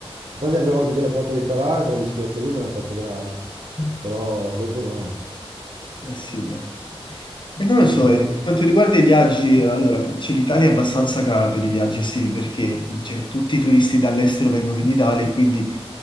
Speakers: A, on the right; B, on the left.
A: Infatti la prima volta che l'ho fatta riparare, quella bicicletta lì me l'hanno fatta gratis,
B: ok.
A: però dopo no,
B: Eh sì, dai. E non lo
A: dopo
B: so,
A: due
B: e
A: anni.
B: per quanto riguarda i viaggi, allora, cioè, l'Italia è abbastanza cara per i viaggi estivi perché cioè, tutti i turisti dall'estero vengono in Italia e quindi,